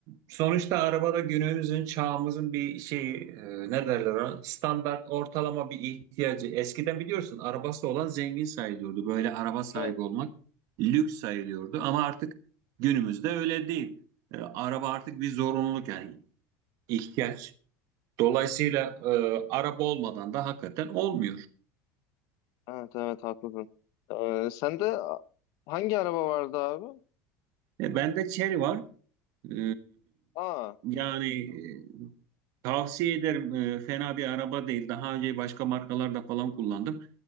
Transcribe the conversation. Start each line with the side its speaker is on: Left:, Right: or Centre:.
Right: sonuçta arabada günümüzün, çağımızın bir şey e, ne derler ona? Standart ortalama bir ihtiyacı. Eskiden biliyorsun arabası olan zengin sayılıyordu. Böyle araba sahibi
Left: Evet.
Right: olmak lüks sayılıyordu. Ama artık günümüzde öyle değil. Ee, araba artık bir zorunluluk yani ihtiyaç. Dolayısıyla e, araba olmadan da hakikaten olmuyor.
Left: Evet evet haklısın. Ee, sende hangi araba vardı abi?
Right: E, bende Chery var. Ee,
Left: Aa.
Right: yani e, Tavsiye ederim. Ee, fena bir araba değil. Daha önce başka markalarda falan kullandım.